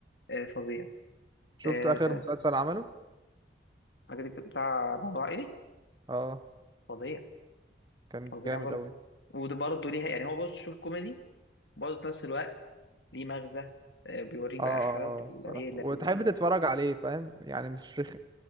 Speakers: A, on the left (about 80°); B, on the right (about 25°).
A: آه، فظيع
B: شفت
A: آه،
B: آخر مسلسل عمله
A: ماجد بتاع موضوع عائلي
B: اه
A: فظيع
B: كان
A: فظيع
B: جامد
A: برضه
B: اوي
A: وده برضه ليها يعني هو برضه شوف كوميدي برضه في نفس الوقت ليه مغزى آه، بيوريك
B: اه
A: بقى
B: آه،
A: حلاوة
B: آه، الصراحة
A: العيلة
B: وتحب
A: وال...
B: تتفرج عليه فاهم يعني مش رخ